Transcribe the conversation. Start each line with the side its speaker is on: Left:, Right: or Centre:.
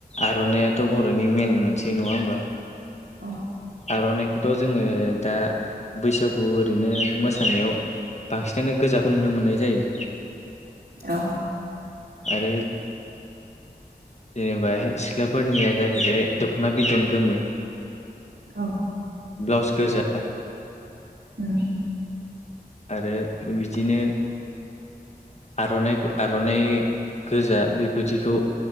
Left: आर'नायइाथ' बर'नि मेन मोनसे नङा होमबा
Right: औ
Left: आर'नाइखौथ' जोङो दा बैसागु ओरैनो मोसानायाव बांसिनानो गोजाखौ नुनो मोननाय जायो
Right: औ
Left: आरो जेनेबा सिख्लाफोरनिया जाहैबाय दख'ना बिदन गोमो
Right: औ
Left: ब्लाउस गोजा
Right: उम
Left: आरो बिदिनो आर'नाइ आर'नाइ गोजा बेबायदिखौ